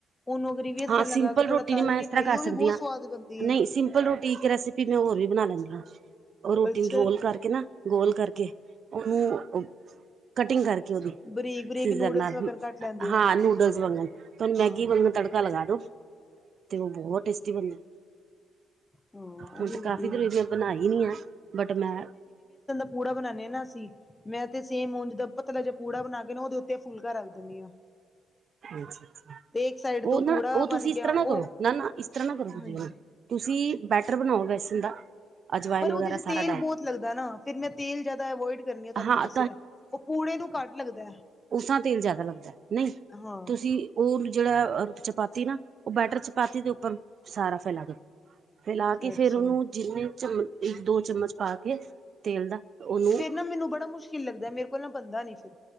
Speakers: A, on the left; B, on the right.
A: ਉਹਨੂੰ ਗਰੀਵੀ
B: ਹਾਂ ਸਿੰਪਲ
A: ਲਗਾ ਕੇ ਥੋੜਾ
B: ਰੋਟੀ
A: ਤਲ
B: ਦੀ ਮੈਂ
A: ਕੇ
B: ਇਸ ਤਰ੍ਹਾਂ
A: ਖਾਈ
B: ਕਰ
A: ਉਹ
B: ਸਕਦੀ
A: ਵੀ ਬਹੁਤ
B: ਹਾਂ
A: ਸਵਾਦ ਬਣਦੀ
B: ਨਹੀਂ
A: ਏ
B: ਸਿੰਪਲ ਰੋਟੀ ਇੱਕ ਰੈਸਪੀ ਮੈਂ ਹੋਰ ਵੀ ਬਣਾ ਲੈਂਦੀ ਹਾਂ ਉਹ ਰੋਟੀ
A: ਅੱਛਾ
B: ਨੂੰ ਰੋਲ ਕਰਕੇ ਨਾ ਗੋਲ ਕਰਕੇ ਉਹਨੂੰ ਕਟਿੰਗ ਕਰਕੇ ਉਹਦੀ
A: ਬਰੀਕ ਬਰੀਕ
B: ਸੀਜ਼ਰ
A: ਨੂਡਲਸ
B: ਨਾਲ
A: ਵਗਣ ਕੱਟ ਲੈਂਦੇ
B: ਹਾਂ
A: ਹੋ
B: ਨੂਡਲ ਤੁਹਾਨੂੰ ਮੈਗੀ
A: ਹਾਂ
B: ਵਾਂਗਣ ਤੜਕਾ ਲਗਾ ਦੋ ਤੇ ਉਹ ਬਹੁਤ ਟੇਸਟੀ ਬਣਦੀ
A: ਹਾਂ
B: ਹੁਣ
A: ਇਹ ਵੀ
B: ਤੇ
A: ਵਧੀਆ
B: ਕਾਫ਼ੀ ਦੇਰ ਮੈਂ ਬਣਾਈ ਨੀ ਆ ਬਟ ਮੈਂ
A: ਕੂੜਾ ਬਣਾਦੇ ਹ ਨਾ ਅਸੀ ਮੈਂ ਤੇ ਸੇਮ ਉਂਜ ਦਾ ਪਤਲਾ ਜ ਕੂੜਾ ਬਣਾ ਕੇ ਨਾ ਉਹਦੇ ਉੱਤੇ ਫੁਲਕਾ ਰੱਖ ਦਿੰਦੀ ਹਾਂ
B: ਅੱਛਾ -ਅੱਛਾ
A: ਤੇ ਇੱਕ ਸਾਈਡ
B: ਉਹ
A: ਤੋਂ
B: ਨਾ
A: ਪੂੜਾ
B: ਉਹ
A: ਬਣ
B: ਤੁਸੀਂ ਇਸ
A: ਗਿਆ
B: ਤਰ੍ਹਾਂ
A: ਉਹ
B: ਨਾ ਕਰੋ ਨਾ ਨਾ ਇਸ ਤਰ੍ਹਾਂ ਨਾ ਕਰੋ
A: ਹਾਂਜੀ
B: ਤੁਸੀਂ ਬੈਟਰ ਬਣਾਓ ਵੈਸਣ ਦਾ ਅਜਵਾਇਨ
A: ਪਰ ਉਹਦੇ
B: ਵਗੈਰਾ
A: ਚ
B: ਸਾਰਾ
A: ਤੇਲ
B: ਡਾਲ
A: ਬਹੁਤ ਲੱਗਦਾ ਨਾ ਫਿਰ ਮੈਂ ਤੇਲ ਜਿਆਦਾ ਅਵੋਇਡ ਕਰਨੀ ਆ ਤੁਹਾਨੂੰ
B: ਹਾਂ
A: ਮੈਂ ਦੱਸਿਆ ਉਹ ਪੂੜੇ ਨੂੰ ਘਟ ਲੱਗਦਾ
B: ਉਸਾਂ ਤੇਲ ਜਿਆਦਾ ਲੱਗਦਾ ਨਹੀਂ
A: ਹਾਂ
B: ਤੁਸੀਂ ਤੇ ਉਹ ਜਿਹੜਾ ਚਪਾਤੀ ਨਾ ਉਹ ਬੈਟਰ ਚਪਾਤੀ ਦੇ ਉੱਪਰ ਸਾਰਾ ਫੈਲਾ ਦਿਓ ਫੈਲਾ ਕੇ ਫੇਰ
A: ਅੱਛਾ
B: ਉਹਨੂੰ ਜਿੰਨੇ ਚਮ ਇੱਕ ਦੋ ਚਮਚ ਪਾ ਕੇ ਤੇਲ ਦਾ ਉਹਨੂੰ
A: ਫਿਰ ਨਾ ਮੈਨੂੰ ਬੜਾ ਮੁਸ਼ਕਿਲ ਲੱਗਦਾ ਮੇਰੇ ਕੋਲ ਨਾ ਬੰਦਾ ਨੀ ਸੀ